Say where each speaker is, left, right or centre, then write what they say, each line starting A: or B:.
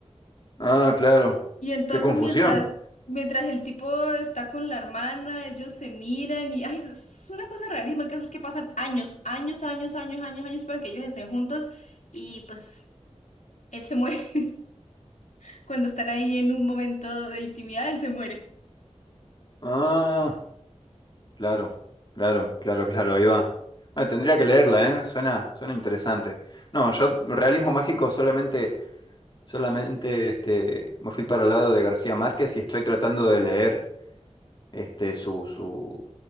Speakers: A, on the left; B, on the left.
A: Ah, claro.
B: Y entonces
A: Qué confusión.
B: mientras, mientras el tipo está con la hermana, ellos se miran y ay, es es una cosa rarísima. El caso es que pasan años, años, años, años, años, años para que ellos estén juntos y pues él se muere. <laughs> Cuando están ahí en un momento de intimidad, él se muere.
A: Ah, claro, claro, claro, claro, ahí va. Ah, tendría que leerla, ¿eh? Suena, suena interesante. No, yo realismo mágico solamente Solamente este, me fui para el lado de García Márquez y estoy tratando de leer este, su, su,